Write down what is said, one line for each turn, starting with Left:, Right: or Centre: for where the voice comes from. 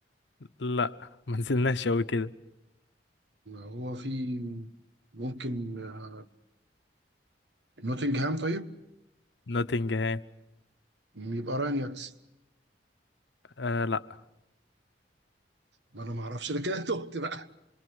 Left: لا ما نزلناش قوي كده
Right: هو في ممكن آه، نوتنغهام طيب
Left: نوتنجهام
Right: يبقى رانياكس
Left: آه لا
Right: ما انا ما اعرفش انا كده تهت بقى